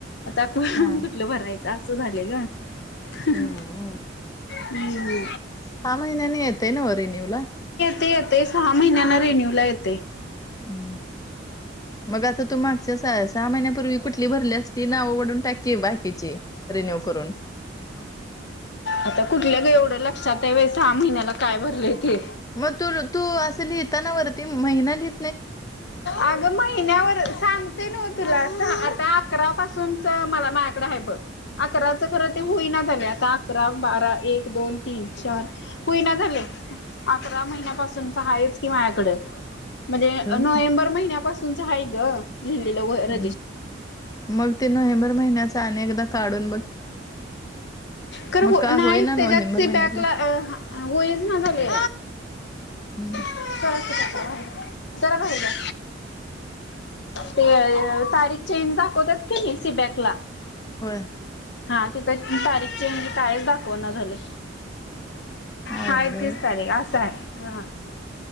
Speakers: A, on the left; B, on the left.
A: आता
B: हा
A: लं भरायच अस झालय ग ह्
B: हम्म
A: हम
B: सहा महिन्यांन येतय नव रीनिव ला
A: ते येतय सहा महिन्यांना रेन्यू ला येतय
B: हम्म मग आता तू मागच्या सहा महिन्यापूर्वी कुठली भरली असती नावंओढडून टाके बाकीची रिन्यू करून
A: आता कुठल्या एवढं लक्षात आहे बा सहा महिन्याला काय भरलेय ते
B: मग तू तू असं लिहिताना वरती महिना लिह
A: अगं महिन्यावर सांगते न तुला आता अकरा पासूनच मला माझ्याकडं आहे बघ अकराच खरं ते होईना झाले आता अकरा बारा एक दोन तीन चार होना झाले अकरा महिन्यापासून आहेाच की माझ्याकडे म्हणजे नोव्हेंबर
B: ना.
A: महिन्यापासूनच आहे ग लिहिलेलं
B: हम्म.
A: रजिस्
B: मग ते नोव्हेंबर महिन्याचा अनेकदा काढून बघ
A: कार
B: मग
A: हो
B: का
A: नाही
B: होईना नोव्हेंबर
A: त्याच्यात
B: महिन्यातला
A: बॅकला वयच ना झाले
B: हम्म
A: ज बा जरा बाहेर जा ते य तारीख चेंज दाखवत्यात की नही सीबॅक ला
B: होय
A: हा तिथं तारीख चेज कायच दाखवना झालय
B: अवघड
A: हा एक
B: आहे
A: तीस तारीख असा आहे ह